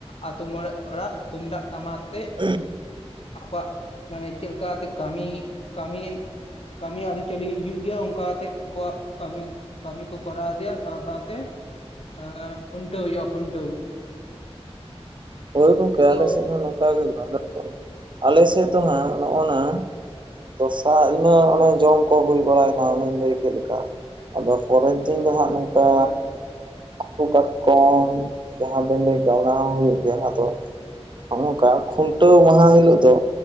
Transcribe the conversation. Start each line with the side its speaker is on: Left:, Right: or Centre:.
Left: ᱟᱛᱳ ᱢᱚᱬᱮ ᱚᱲᱟᱜ ᱛᱩᱢᱫᱟᱜ ᱴᱟᱢᱟᱠ ᱛᱮ
Right: <unintelligible>
Left: ᱟᱠᱚᱣᱟᱜ ᱢᱟᱱᱮ ᱪᱮᱫ ᱞᱮᱠᱟ ᱟᱛᱮ ᱠᱟᱹᱢᱤ ᱠᱟᱹᱢᱤ ᱠᱟᱹᱢᱤ ᱟᱹᱨᱤᱪᱟᱹᱞᱤ ᱦᱳᱭᱳᱜ ᱜᱮᱭᱟ ᱚᱱᱠᱟ ᱟᱛᱮᱜ ᱠᱚ ᱠᱟᱹᱢᱤ ᱠᱟᱹᱢᱤ ᱠᱚ ᱠᱚᱨᱟᱣ ᱤᱫᱤᱭᱟ ᱥᱟᱶ ᱥᱟᱶ ᱛᱮ ᱮᱸᱻ ᱠᱷᱩᱱᱴᱟᱹᱣ ᱦᱩᱭᱩᱜ-ᱟ ᱠᱷᱩᱱᱴᱟᱹᱣ᱾
Right: ᱦᱳᱭ ᱜᱚᱝᱠᱮ
Left: ᱟᱫᱚ
Right: ᱟᱞᱮ ᱥᱮᱫ ᱫᱚ ᱱᱚᱝᱠᱟ ᱜᱮ ᱦᱩᱭᱩᱜ-ᱟ <unintelligible> ᱟᱞᱮ ᱥᱮᱫ ᱫᱚ ᱦᱟᱸᱜ ᱱᱚᱜ-ᱚ ᱱᱟ ᱥᱚᱥᱟ ᱤᱱᱟᱹ ᱚᱱᱮ ᱡᱚᱢ ᱠᱚ ᱦᱩᱭ ᱵᱟᱲᱟᱭ ᱱᱟ ᱚᱱᱮᱧ ᱞᱟᱹᱭ ᱪᱮᱫ ᱞᱮᱠᱟ᱾ ᱟᱫᱚ ᱯᱚᱨᱮ ᱫᱤᱱ ᱫᱚ ᱦᱟᱸᱜ <inaudible> ᱚᱱᱠᱟ
Left: ᱦᱮᱸ
Right: ᱦᱟᱹᱠᱩ ᱠᱟᱴᱠᱚᱢ, ᱡᱟᱦᱟᱸ ᱵᱮᱱ ᱞᱟᱹᱭ ᱠᱮᱜ-ᱟ ᱚᱱᱟ ᱦᱚᱸ ᱦᱩᱭᱩᱜ ᱜᱮᱭᱟ᱾ ᱛᱚ ᱦᱚᱜ-ᱚᱝᱠᱟ ᱠᱷᱩᱱᱴᱟᱹᱣ ᱢᱟᱦᱟ ᱦᱤᱞᱳᱜ ᱫᱚ